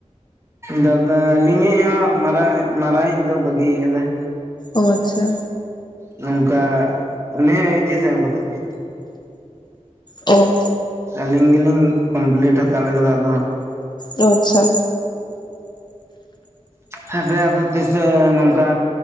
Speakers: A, on the right (about 20°); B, on the left (about 35°).
A: ᱫᱟᱫᱟ ᱟᱞᱤᱡ ᱦᱚᱸ ᱢᱟᱨᱟᱝ ᱢᱟᱨᱟᱝ ᱤᱡ ᱫᱚ ᱵᱟᱹᱜᱤᱭ ᱠᱟᱫᱟᱭ᱾
B: ᱚ ᱟᱪᱪᱷᱟ᱾
A: ᱱᱚᱝᱠᱟ ᱩᱱᱤ ᱦᱚᱸ ᱮᱭᱤᱪ ᱮᱥ ᱮᱢ ᱠᱟᱛᱮ ᱜᱮ᱾
B: ᱚ᱾
A: ᱟᱹᱞᱤᱧ ᱜᱮᱞᱤᱧ ᱠᱚᱢᱯᱞᱤᱴ ᱦᱟᱛᱟᱲ ᱠᱟᱫᱟ ᱟᱫᱚ
B: ᱚ ᱟᱪᱪᱷᱟ᱾
A: ᱦᱟᱯᱮ ᱟᱫᱚ ᱛᱤᱥ ᱪᱚ ᱱᱚᱝᱠᱟ